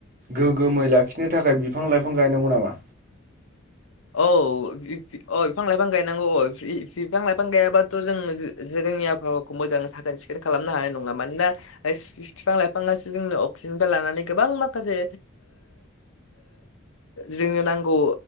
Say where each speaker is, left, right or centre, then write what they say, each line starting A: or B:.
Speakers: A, on the right (about 45°); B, on the left (about 80°).
A: गोग्गोमै लाखिनो थाखाय बिफां - लाइफां गायनांगौ नामा
B: औ अ बिफां लाइफां गायनांगौ अ बिफां लाइफां गायाबाथ' जोंनि आबहावाखौ मोां साखोन सिखोन खालामनो हानाय नंङा मानोना बिफां लाइफाङो जोंनो अक्सिजेन लानानै गोबां माखासे जोंनो नांगौ